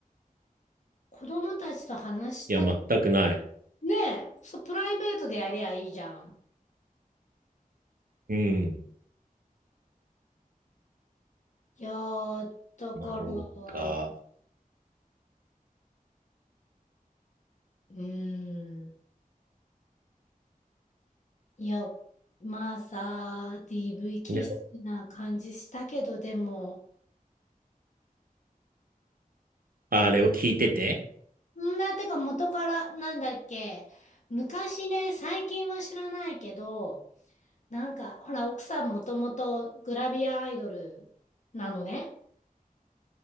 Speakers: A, on the left; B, on the right.
A: 子供たちと話した、
B: いや、全くない。
A: ねえ、そう、プライベートでやりゃいいじゃん。
B: うん。
A: いやー、だから、
B: なんか、
A: うーん、いや、まあさ、DV 気質な感じしたけど、
B: ね、
A: でも、
B: あれを聞いてて、
A: んだ、てか元から、なんだっけ、昔ね、最近は知らないけど、なんか、ほら、奥さんもともとグラビアアイドルなのね。